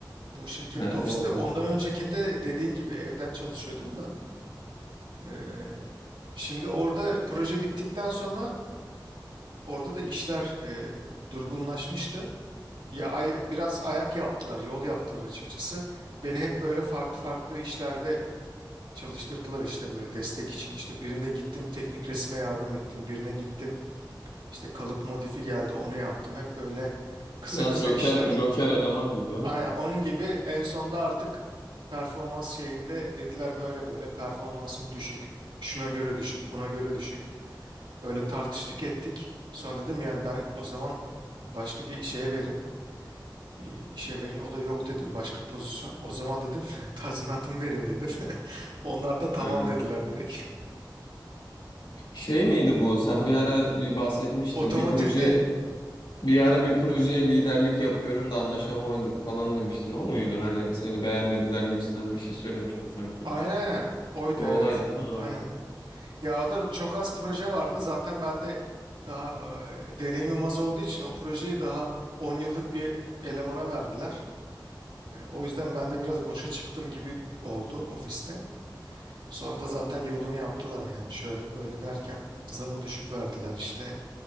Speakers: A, on the right (about 80°); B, on the left (about 85°).
A: Bu şirkette
B: He
A: ofiste
B: doğru.
A: ondan öncekinde dediğin gibi evden çalışıyordum da. Ee, şimdi orada proje bittikten sonra orada da işler e, durgunlaşmıştı. Ya ay- biraz ayak yaptılar, yol yaptılar açıkçası. Beni hep böyle farklı farklı işlerde çalıştırdılar işte böyle destek için. İşte birinde gittim teknik resme yardım ettim, birine gittim işte kalıp modifi geldi onu yaptım. Hep böyle kısa
B: Biraz
A: kısa
B: joker
A: işler.
B: joker eleman gibi.
A: Aynen onun gibi en sonda artık performans şeyinde dediler böyle böyle performansın düşük, şuna göre düşük, buna göre düşük. Öyle tartıştık ettik. Sonra dedim yani ben o zaman başka bir şeye verin e, işe verin o da yok dedi başka pozisyon. O zaman dedim <laughs> tazminatımı verin dedim. <laughs> Onlar da tamam
B: ha?
A: dediler direkt.
B: Şey miydi bu? Sen bir ara bir bahsetmiştin.
A: <laughs> Otomotivde.
B: Bir proje bir ara
A: Ha,
B: bir projeye liderlik yapıyorum da anlaşamadık falan demiştin. O muydu? Hani seni beğenmediler gibisinden bir şey söylemiştin sanki.
A: aynen aynen oydu
B: O olaydı.
A: evet.
B: Ha.
A: Aynen. Ya o da çok az proje vardı. Zaten ben de daha e, deneyimim az olduğu için o projeyi daha 10 yıllık bir elemana verdiler. E, o yüzden ben de biraz boşa çıktım gibi oldu ofiste. Sonra da zaten yolunu yaptılar yani şöyle böyle derken zamı düşük verdiler işte.